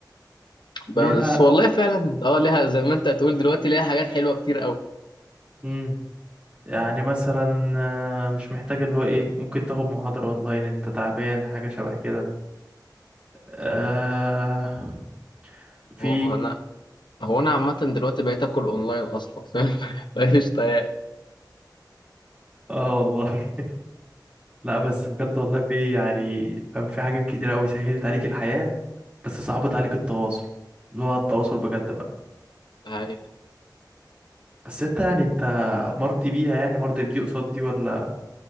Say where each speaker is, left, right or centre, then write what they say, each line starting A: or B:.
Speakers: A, on the left; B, on the right.
A: بس
B: ليه حق
A: والله فعلا اه ليها زي ما انت هتقول دلوقتي ليها حاجات حلوة كتير قوي
B: امم يعني مثلا آه، مش محتاج اللي هو ايه ممكن تاخد محاضرة اونلاين انت تعبان حاجة شبه كده آه في
A: هو هو انا هو انا عامة دلوقتي بقيت اكل اونلاين اصلا فاهم؟ <laughs> مفيش طيب
B: اه والله <laughs> لا بس بجد والله في يعني فاهم في حاجات كتير قوي سهلت عليك الحياة بس صعبت عليك التواصل اللي هو التواصل بجد بقى
A: حقيقة
B: بس انت يعني انت مرضي بيها يعني مرضي بدي قصاد دي ولا